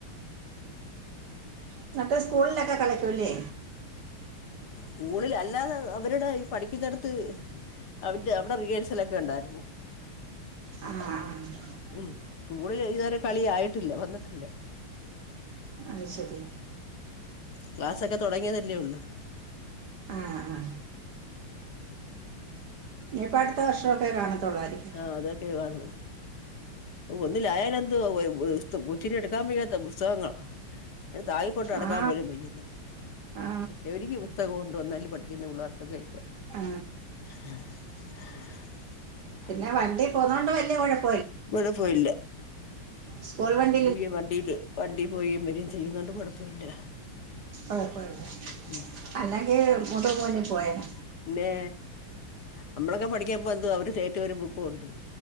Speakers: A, on the right; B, on the left.
A: എന്നട്ട് സ്കൂളിലൊക്കെ കളിക്കൂല്ലേ
B: സ്കൂളിൽ അല്ലാതെ അവരുടെ ഈ പഠിക്കുന്നടത്ത് ത്ത് അവന്റെ അവിടെ റിഹെഴ്സലോക്കെ ഉണ്ടായിരുന്ന്
A: <unintelligible>
B: ഉം മുകളിലിരിക്കുന്നവരെ കളിയായിട്ടില്ല വന്നിട്ടില്ല
A: അത് ശരി
B: ക്ലാസ്ഒക്കെ തൊടങ്ങിയതല്ലേ ഉള്ളൂ
A: ആഹ് ആഹ് ഇനിയിപ്പോ അടുത്ത വർഷമൊക്കെ കാണത്തുള്ളായിരിക്കും
B: ആ അതൊക്കെ കാണൂ ഒന്നില്ലായാലെന്ത് വാ യ്യ കൊച്ചിനെടുക്കാൻ വയ്യാത്ത പുസ്തകങ്ങളാ താങ്ങി കൊണ്ട് നടക്കാൻ
A: ആ
B: പോലും വയ്യന്ന്
A: ആ
B: പക്ഷെ ഒരിക്ക പുസ്തകം കൊണ്ട് വന്നല് പഠിക്കുന്ന പിള്ളേർക്കൊക്കെ ഇപ്പ
A: ആ
B: <unintelligible>
A: പിന്നെ വണ്ടി പോന്നൊണ്ട് വല്യ കോയ
B: ഇവിടെ പോയില്ല
A: സ്കൂൾ വണ്ടി
B: <unintelligible> വണ്ടില് വണ്ടി പോയിം വരേം ചെയ്യുന്നോണ്ട് കൊഴപ്പല്യ
A: കൊഴപ്പോ ഇല്ല
B: ഉം
A: അല്ലങ്കെ <unintelligible> പോയെന
B: പിന്നെ നമ്മളൊക്കെ പഠിക്കാബോന്തുവാ ഒരു സ്ലെയിറ്റും ഒരു ബുക്കും ഉണ്ട്